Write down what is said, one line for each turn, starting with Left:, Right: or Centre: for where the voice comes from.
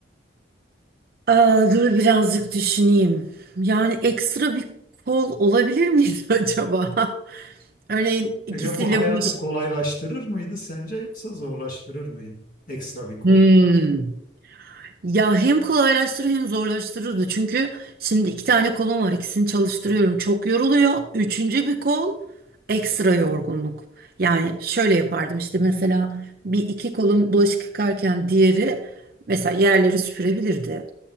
Right: Aa, dur birazcık düşüneyim. Yani ekstra bir kol olabilir miydi <laughs> acaba? Örneğin ikisiyle
Left: Peki bu hayatı
Right: bu iş.
Left: kolaylaştırır mıydı sence yoksa zorlaştırır mıydı? Ekstra bir kol.
Right: Hmm. Ya hem kolaylaştırır hem zorlaştırırdı. Çünkü şimdi iki tane kolum var. ikisini çalıştırıyorum. Çok yoruluyor. Üçüncü bir kol ekstra yorgunluk. Yani şöyle yapardım işte mesela bir iki kolum bulaşık yıkarken diğeri mesela yerleri süpürebilirdi.